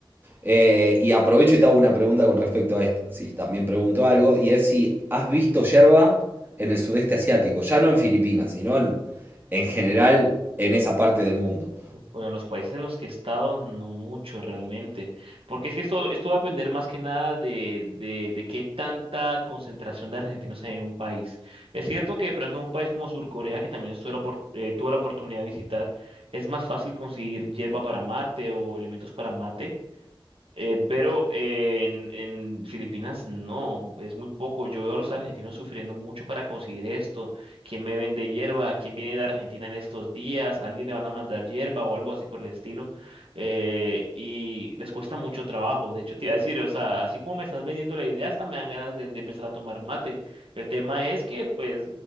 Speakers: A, on the right; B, on the right.
A: Eh, y aprovecho y te hago una pregunta con respecto a esto, si también pregunto algo, y es si has visto yerba en el sudeste asiático, ya no en Filipinas, sino en, en general en esa parte del mundo.
B: Uf, Bueno, en los países en los que he estado, no mucho realmente, porque es que esto, esto va a depender más que nada de, de, de qué tanta concentración de argentinos hay en un país. Es cierto que de pronto un país como Surcorea, que también estuve la opor- eh, tuve la oportunidad de visitar, es más fácil conseguir yerba para mate o elementos para mate, eh, pero eh, en, en Filipinas no, es muy poco. Yo veo a los argentinos sufriendo mucho para conseguir esto. ¿Quién me vende hierba? ¿Quién viene de Argentina en estos días? ¿Alguien le van a mandar hierba o algo así por el estilo? Eh, y les cuesta mucho trabajo. De hecho, te iba a decir, o sea, así como me estás vendiendo la idea, hasta me dan ganas de, de empezar a tomar mate. El tema es que, pues,